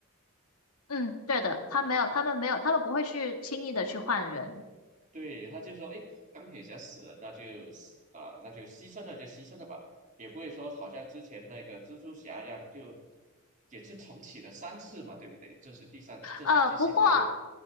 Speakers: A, on the left (about 85°); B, on the right (about 35°).
A: 嗯，对的，他没有，他们没有，他们不会去轻易的去换人。
B: 对，他就说，哎，钢铁侠死了，那就死啊、那就牺牲了就牺牲了吧，也不会说好像之前那个蜘蛛侠一样就也是重启了三次嘛，对不对？这是第三，这是最新的一个，
A: 呃，不过